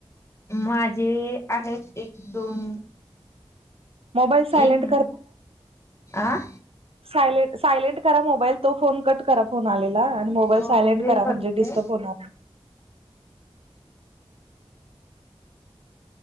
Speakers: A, on the left (about 25°); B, on the right (about 65°).
A: माझे आहेत एक, दोन
B: मोबाईल सायलेंट
A: एक मिनिट आं
B: साय सायलेंट करा मोबाईल तो फोन कट करा फोन आलेला. मोबाईल
A: हो
B: सायलेंट
A: तेच
B: करा
A: बघते
B: म्हणजे डिस्टर्ब होणार नाही.